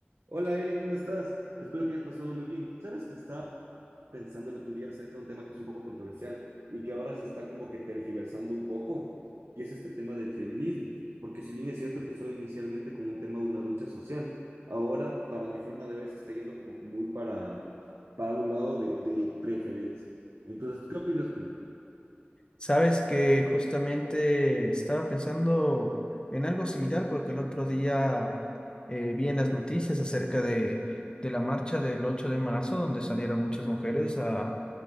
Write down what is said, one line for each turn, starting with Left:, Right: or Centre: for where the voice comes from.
Right: Hola Eric, ¿cómo estás? Espero que hayas pasado muy bien. Sabes que estaba pensando el otro día acerca de un tema que es un poco controversial y que ahora se está como que tergiversando un poco, y es este tema del feminismo, porque si bien es cierto, empezó inicialmente con un tema de una lucha social, ahora para mi forma de ver se está yendo como que muy para, para un lado de, de preferencia. Entonces, ¿qué opinas tú?
Left: Sabes que justamente estaba pensando en algo similar porque el otro día eh, vi en las noticias acerca de, de la marcha del 8 de marzo donde salieron muchas mujeres a,